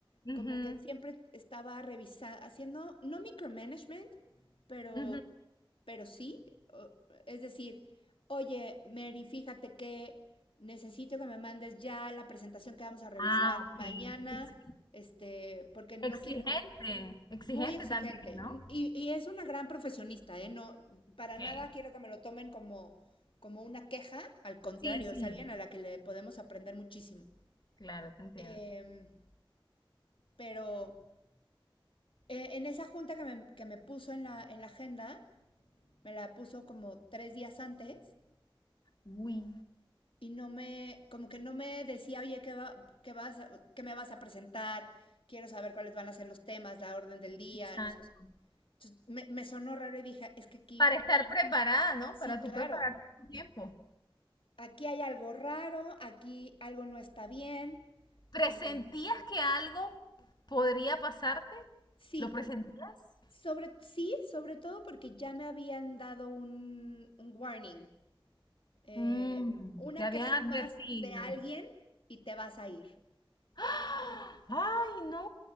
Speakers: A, on the left; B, on the left.
A: ujú,
B: como que siempre estaba revisando, haciendo, no micromanagement, pero,
A: ujú.
B: pero sí. o- Es decir, oye, Mary, fíjate que necesito que me mandes ya la presentación que vamos a revisar
A: Ah,
B: mañana
A: ok. Ex-
B: este, porque no
A: Exigente,
B: quiero,
A: exigente
B: muy exigente.
A: también, ¿no?
B: Y, y es una gran profesionista, ¿eh? No, para
A: Ok.
B: nada quiero que me lo tomen como, como una queja, al contrario,
A: Sí, sí,
B: es alguien a la que le podemos aprender muchísimo.
A: claro, te entiendo.
B: Em, pero eh, en esa junta que me, que me puso en la, en la agenda, me la puso como tres días antes
A: Uy,
B: y no me, como que no me decía, oye, ¿qué va- qué vas, a- qué me vas a presentar? Quiero saber cuáles van a ser los temas, la orden del día.
A: exacto.
B: no sé, Entonces, me, me sonó raro y dije, es que aquí,
A: Para estar preparada, ¿no?
B: sí,
A: Para tú
B: claro,
A: prepararte con tiempo.
B: aquí hay algo raro, aquí algo no está bien.
A: ¿Presentías
B: Eh,
A: que algo podría pasarte?
B: sí,
A: ¿Lo presentías?
B: sobre, sí, sobre todo porque ya me habían dado un, un warning, eh,
A: Mm,
B: una
A: te habían
B: queja más
A: advertido.
B: de alguien y te vas a ir.
A: ¡Ah! ¡Ay, no!